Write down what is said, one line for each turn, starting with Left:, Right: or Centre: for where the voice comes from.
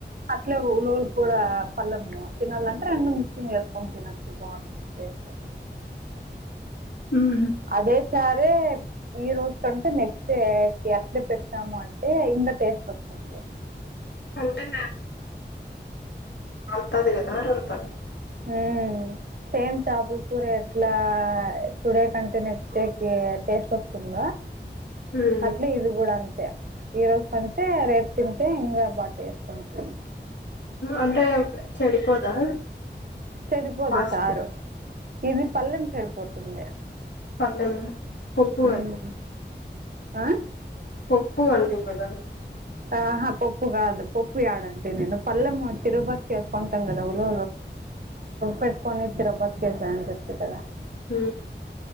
Right: అట్లే ఉలులు కూడా పల్లము తినాలంటే రెండు మిక్సింగ్ వేసుకొని తినొచ్చు బాగుంది టేస్ట్ అ
Left: ఉమ్
Right: అదే సరే ఈ రోజు కంటే నెక్స్ట్ డే అట్లే పెట్టాము అంటే టేస్ట్ వస్తది
Left: అంతేనా వీతది <unintelligible>
Right: అ సేమ్ టాపిక్ కూర ఎట్లా టుడే కంటే నెక్స్ట్ డేకి టేస్ట్ వస్తుందా
Left: ఉమ్
Right: అట్లే ఇది కూడా అంతే ఈ రోజు అంటే రేపు తింటే ఇంకా బా టేస్ట్ ఉంటుంది
Left: అంటే చెడిపోదా
Right: చెడిపోదు
Left: పసుపు
Right: చారు ఇది పల్లెం చెడిపోతుంది
Left: పల్లెం పప్పువ
Right: ఉమ్. ఆ
Left: పప్పు వటి కూడాద
Right: ఆహా పప్పు కాదు పప్పు ఎడంటే నేను పల్ెం తిరుపతికి వసుకుంటాం కదా ఉల పెట్టుకొని తిరగబోత చేసిన చేప కథ
Left: హ